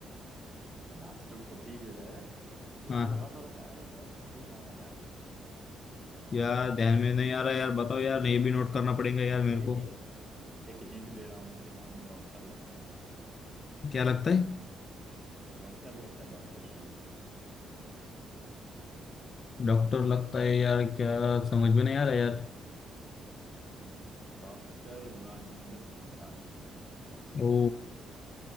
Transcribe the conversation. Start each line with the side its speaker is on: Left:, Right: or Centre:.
Right: <laughs> राष्ट्रपति जो है दिमाग
Left: हाँ
Right: लगाओ थोड़ा सा अरे बहुत मशहूर नाम है यार
Left: यार ध्यान में नहीं आ रहा यार बताओ यार ये भी नोट करना पड़ेगा यार मेरे
Right: एक
Left: को
Right: एक एक हिंट दे रहा हूँ उनके नाम में डॉक्टर लगता है
Left: क्या लगता है
Right: डॉक्टर लगता है डॉक्टर शुरू में
Left: डॉक्टर लगता है यार क्या समझ
Right: हाँ
Left: में नहीं आ रहा यार
Right: डॉक्टर राजेंद्र प्रसाद
Left: ओ